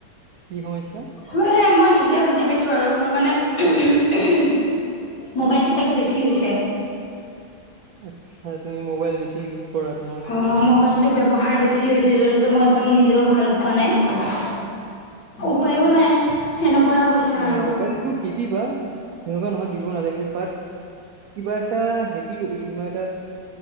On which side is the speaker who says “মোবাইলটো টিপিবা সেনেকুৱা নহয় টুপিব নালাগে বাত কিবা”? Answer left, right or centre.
Right